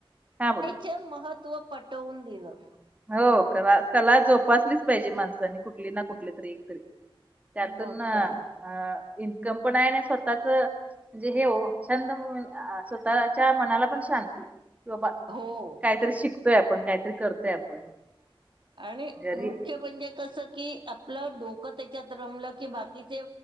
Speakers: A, on the right; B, on the right.
A: हा बोला.
B: ते महत्त्व पटवून दिलं.
A: हो कला कला जोपासलीच पाहिजे माणसानी कुठली ना कुठली तरी एकतरी. त्यातून
B: मग
A: अ
B: काय
A: इन्कम पण आहे आणि स्वतःच म्हणजे हे हो छंद स्वतः च्या मनाला पण शांती की, बाबा
B: हो.
A: काहीतरी शिकतोय आपण, काहीतरी करतोय आपण.
B: आणि
A: घरी
B: मुख्य म्हणजे कसं की आपलं डोकं त्याच्यात रमलं की, बाकीचे